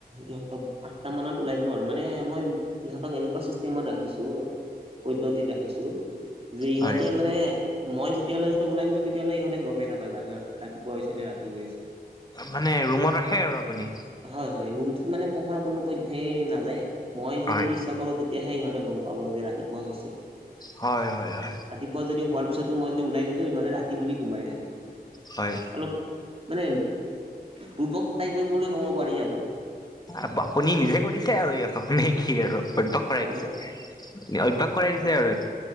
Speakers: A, on the right; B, on the left.
A: ইহঁতক আঠটা মানত ওলাই দিওঁ আৰু মানে মই', ইহঁতক এনেকুৱা ছিষ্টেমত ৰাখিছোঁ, পদ্ধতিত ৰাখিছোঁ', যি ইহঁতে
B: হয়
A: মানে মই যেতিয়ালৈ ইহঁতক ওলাই নিদিও তেতিয়ালৈ ইহঁতে গমে নাপাই বাহিৰত ৰাতিপুৱা হৈছে নে ৰাতি হৈ আছে।
B: মানে, ৰুমত ৰাখে আৰু আপুনি।
A: হ'য়, হ'য় ৰুমটোত মানে পোহৰ কোনো পধ্যেই নাযায়। মই যদি
B: হয়
A: ইচ্ছা কৰোঁ তেত তিয়াহে সিহঁতে গমপাব যে ৰাতিপুৱা হৈছে।
B: হয়, হয়, হয়।
A: ৰাতিপুৱা যদি হোৱাৰ পিছতো মই যদি ওলাই নিদিওঁ সিহঁতে ৰাতি বুলি সোমাই থাকে।
B: হয়।
A: অলপ মানে বুৰ্বক টাইপে বুলি ক'ব পাৰি আৰু।
B: আপ আপুনি নিজে কৰিছে আৰু ইহঁতক নে কি আৰু বুৰ্বক কৰাই
A: হয়
B: দিছে? নে অভ্যাস কৰাই দিছে আৰু এইটো?